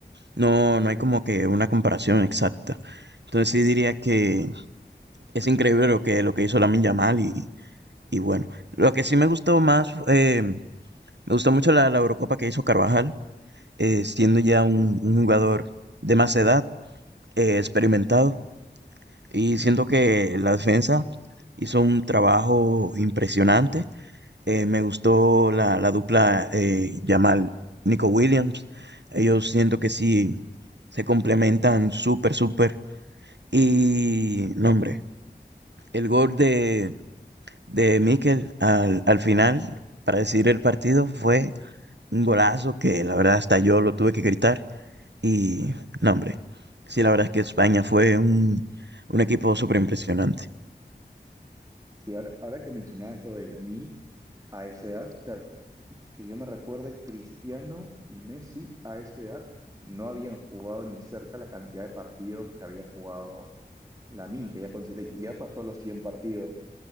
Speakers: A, on the right (about 80°); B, on the right (about 20°).
A: no, no hay como que una comparación exacta. Entonces sí diría que es increíble lo que, lo que hizo Lamine Yamal y, Y bueno, lo que sí me gustó más, eh, me gustó mucho la, la Eurocopa que hizo Carvajal, eh, siendo ya un, un jugador de más edad, eh, experimentado, y siento que la defensa hizo un trabajo impresionante. Eh, me gustó la, la dupla eh, Yamal Nico Williams. Ellos siento que sí se complementan súper, súper. Y, no, hombre, el gol de, de Mikel al, al final para decidir el partido fue Un golazo que la verdad hasta yo lo tuve que gritar y no, hombre. Sí, la verdad es que España fue un, un equipo súper impresionante.
B: Sí, ahora, ahora que mencionabas lo de Lamine, a esa edad, claro, que yo me recuerde, Cristiano y Messi a esa edad no habían jugado ni cerca la cantidad de partidos que había jugado Lamin, que ya con siete- ya pasó los 100 partidos.